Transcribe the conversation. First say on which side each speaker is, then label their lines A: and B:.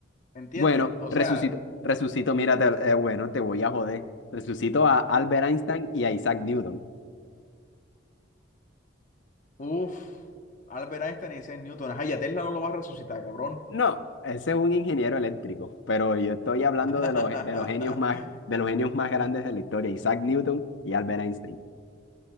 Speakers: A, on the left (about 45°); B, on the left (about 70°).
A: ¿Entiendes?
B: Bueno,
A: O
B: resucito,
A: sea,
B: resucito, mira, te- eh, bueno, te voy a joder. Resucito a Albert Einstein y a Isaac Newton.
A: Uf, Albert Einstein y Isaac Newton. Ajá, ya Tesla no lo va a resucitar, cabrón.
B: No, ese es un ingeniero eléctrico, pero yo estoy hablando
A: <laughs>
B: de los, de los genios más, de los genios más grandes de la historia, Isaac Newton y Albert Einstein.